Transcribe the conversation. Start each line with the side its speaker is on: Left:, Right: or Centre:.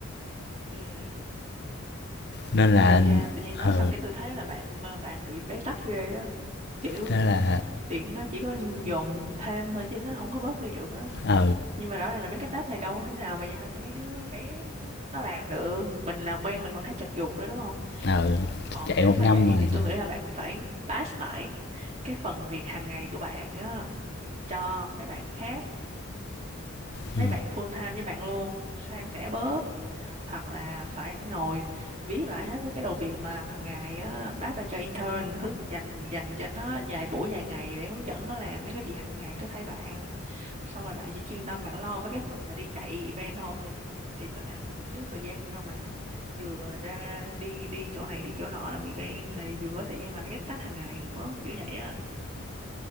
Right: Ừ.
Left: nên là
Right: Ây da, tự nhiên nói
Left: ừ
Right: xong cái tôi thấy là bạn ờ, bạn bị bế tắc ghê á. Kiểu
Left: đó là
Right: việc nó chỉ có dồn thêm thôi chứ nó không có bớt đi được á.
Left: ừ
Right: Nhưng mà rõ ràng là mấy cái task này đâu thế nào mà giao cho mấy đứa bé nó, nó làm được. Mình làm quen mình còn thấy chật vật nữa đúng không?
Left: ừ
Right: Còn
Left: chạy
Right: nếu
Left: một
Right: mà
Left: năm
Right: vậy
Left: rồi
Right: thì tôi
Left: dạ.
Right: nghĩ là bạn phải pass lại cái phần việc hàng ngày của bạn á cho mấy bạn khác, mấy
Left: ừ.
Right: bạn full time với bạn luôn, san sẻ bớt. hoặc là phải ngồi viết lại hết mấy cái đầu việc mà làm hàng ngày á bác đã cho intern hướng dành dành cho nó vài buổi vài ngày để hướng dẫn nó làm mấy cái việc hàng ngày đó thay bạn xong rồi bạn chỉ chuyên tâm bạn lo mấy cái phần mà đi chạy event thôi thì mới làm được chứ thời gian đâu mà vừa ra đi đi chỗ này đi chỗ nọ làm event mà vừa có thời gian làm mấy cái task hàng ngày nữa kiểu vậy á